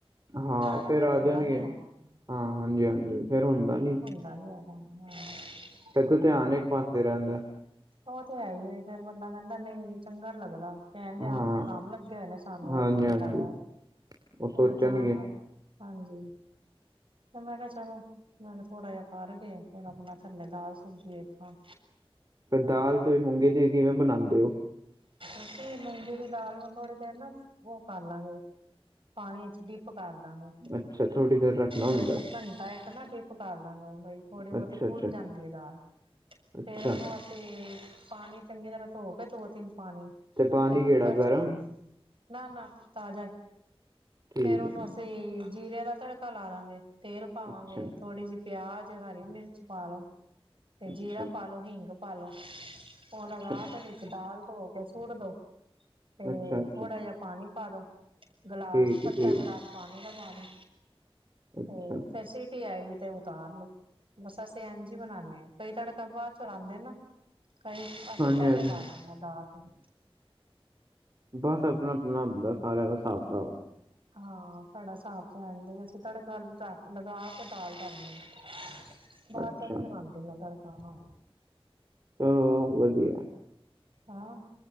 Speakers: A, on the right (about 40°); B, on the right (about 60°).
A: ਹਾਂ
B: ਕੇ
A: ਫੇਰ ਆ
B: ਹੁੰਦਾ
A: ਜਾਣਗੇ
B: ਨੀ ਹੈ
A: ਹਾਂ ਹਾਂਜੀ ਹਾਂਜੀ ਫੇਰ ਹੁੰਦਾ ਨੀ।
B: <unintelligible>
A: ਫਿਰ ਧਿਆਨ ਏਕ ਪਾਸੇ ਰਹਿੰਦਾ।
B: ਉਹ ਤੇ ਹੈ ਹੀ ਹੈ ਫੇਰ ਬੰਦਾ ਕਹਿੰਦਾ ਨਹੀਂ ਚੰਗਾ ਲੱਗਦਾ। ਕਹਿਣਗੇ
A: ਹਾਂ
B: ਆਪ ਤੇ ਕੰਮ ਲੱਗੇ ਹੋਏ ਨੇ ਸਾਨੂੰ
A: ਹਾਂਜੀ
B: ਇੱਥੇ ਬੁਲਾਇਆ।
A: ਹਾਂਜੀ
B: ਹੋਇਆ
A: ਉਹ ਸੋਚਣਗੇ
B: ਹੋ ਤਾਂ ਕਰ ਹਾਂਜੀ। ਤੇ ਮੈਂ ਕਿਹਾ ਚਲੋ, ਮੈਂ ਕਿਹਾ, ਥੋੜਾ ਜਿਹਾ ਪਾਰਕ ਗਏ ਫਿਰ ਆਪਣਾ ਥੱਲੇ ਦਾਲ, ਸਬਜ਼ੀ ਦੇੇਖਾਂ।
A: ਦਾਲ ਤੁਸੀਂ ਮੂੰਗੀ ਦੀ ਕਿਵੇਂ ਬਣਾਉਂਦੇ ਹੋ?
B: ਅਸੀ ਮੁਗੀ ਦੀ ਦਾਲ ਨੂੰ ਥੋੜੀ ਦੇਰ ਨਾ ਉਹ ਕਰ ਲਾਂਗੇ ਪਾਣੀ ਚ' ਡਿਪ ਕਰ ਦਾਂਗੇ
A: ਅੱਛਾ ਥੋੜ੍ਹੀ ਦੇਰ ਰੱਖਣਾ ਹੁੰਦਾ
B: ਬਈ ਘੰਟਾ ਏਕ ਨਾ ਡੀਪ ਪਕਾ ਲਾਂਗਾ ਬਈ ਥੋੜੀ ਬਹੁਤੀ
A: ਅੱਛਾ
B: ਫੁੱਲ
A: ਅੱਛਾ
B: ਜਾਂਦੀ ਹੈ ਦਾਲਫੇਰ
A: ਅੱਛਾ
B: ਉਹਨੂੰ ਤੇ, ਪਾਣੀ ਚੰਗੀ ਤਰ੍ਹਾਂ ਧੋ ਕੇ ਦੋ ਤਿੰਨ ਪਾਣੀ,
A: ਪਾਣੀ
B: ਤੇ ਕੁੱਕਰ
A: ਕਿਹੜਾ
B: ਚ'
A: ਗਰਮ
B: ਨਾ ਨਾ ਤਾਜ਼ਾ ਹੀ
A: ਠੀਕ
B: ਫੇਰ ਉਹਨੂੰ
A: ਹੈ,
B: ਅਸੀਂ
A: ਠੀਕ ਹੈ।
B: ਜੀਰੇ ਦਾ ਤੜਕਾ ਤੜਕਾ ਲਾ ਦਾਂਗੇ ਤੇਲ ਪਾਵਾਂਗੇ,
A: ਅੱਛਾ
B: ਥੋੜ੍ਹੀ ਜਿਹੀ ਪਿਆਜ, ਹਰੀ ਮਿਰਚ ਪਾ ਲੋ। ਤੇ
A: ਅੱਛਾ
B: ਜੀਰਾ ਪਾਲੋ, ਹਿੰਗ ਪਾਲੋ, ਹੁ ਲਗਾਤ
A: ਅੱਛਾ
B: ਵਿੱਚ ਦਾਲ ਧੋ ਤੇ ਸੁਟ ਦੋ ਤੇ
A: ਅੱਛਾ ਅੱਛਾ
B: ਥੋੜਾ ਜਿਹਾ ਪਾਣੀ ਪਾ ਦੋ ਗਲਾਸ
A: ਠੀਕ ਹੈ,
B: ਅੱਧਾ
A: ਠੀਕ ਹੈ।
B: ਗਿਲਾਸ ਪਾਣੀ ਲਗਾਣੇ
A: ਅੱਛਾ
B: ਤੇ ਫਿਰ ਸਟੀ ਆਏਗੀ ਤੇ ਉਤਾਰ ਲੋੋ। ਬਸ ਅਸੀਂ ਐਂਜ ਈ ਬਨਾਣੇ ਆਂ ਕਈ ਤੜਕਾ ਬਾਦ ਚੋਂ ਲਾਂਦੇ ਨਾ। ਕਈ ਅਸੀਂ
A: ਹਾਂਜੀ
B: ਪੈਲੇ
A: ਹਾਂਜੀ
B: ਲਾ ਲੈਣੇ ਆ ਦਾਲ ਨੂੰ
A: ਬਸ ਆਪਣਾ-ਆਪਣਾ ਹੁੰਦਾ ਸਾਰਿਆਂ ਦਾ ਹਿਸਾਬ ਤਾਬ
B: ਹਾਂਸਾਡਾ ਹਿਸਾਬ ਦਾ ਅਸੀਂ ਤੜਕਾ ਲਗਾ ਕੇ ਦਾਲ ਧਰਨੀ ਹੈ। ਬਾਦ
A: ਅੱਛਾ
B: 'ਚ ਨੀ ਲਗਾਂਦੀ ਮੈਂ ਤੜਕਾ ਹਾਂ।
A: ਚਲੋ ਵਧੀਆ
B: ਹਾਂ।